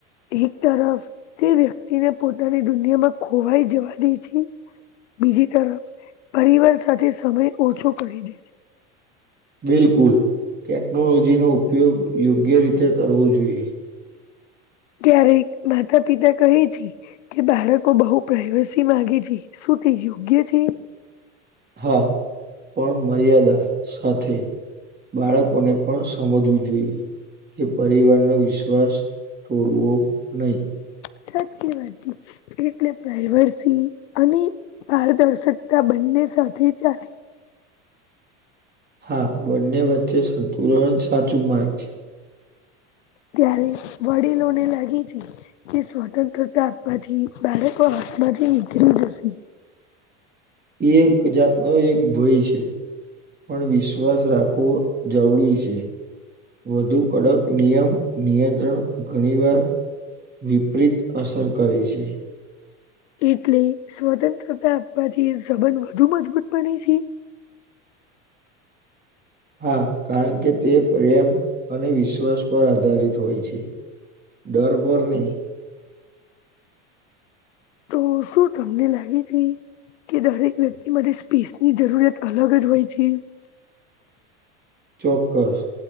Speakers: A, on the left; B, on the right.
A: એક તરફ તે વ્યક્તિને પોતાની દુનિયામાં ખોવાઈ જવા દે છે. બીજી તરફ પરિવાર સાથે સમય ઓછો કરી દે છે.
B: બિલકુલ, ટેકનોલોજી નો ઉપયોગ યોગ્ય રીતે કરવો જોઈએ.
A: ક્યારેક માતા-પિતા કહે છે. કે બાળકો બહુ પ્રાઈવસી માંગે છે. શું તે યોગ્ય છે?
B: હા, પણ મર્યાદા સાથે. બાળકોને પણ સમજવું જોઈએ કે પરિવારનો વિશ્વાસ તોડવો નઈ.
A: સાચી વાત છે. એટલે પ્રાઇર્વસી અને પારદર્શકતા બંને સાથે ચાલે.
B: હા, બંને વચ્ચે સંતુલન જ સાચું માર્ગ છે.
A: ત્યારે વડીલોને લાગે છે કે સ્વતંત્રતા આપવાથી બાળકો હાથમાંથી નીકળી જશે.
B: એક જાતનો એક ભય છે પણ વિશ્વાસ રાખવો જરૂરી છે વધુ કડક નિયમ નિયંત્રણ ઘણી વાર. વિપરીત અસર કરે છે.
A: એટલે સ્વતંત્રતા આપવાથી સંબંધ વધુ મજબૂત બને છે.
B: હા, કારણ કે તે પ્રેમ અને વિશ્વાસ પર આધારિત હોય છે. ડર પર નઈ.
A: તો શું તમને લાગી હતી? કે દરેક વ્યક્તિ માટે સ્પેસની જરૂરિયાત અલગ જ હોય છે.
B: ચોક્કસ,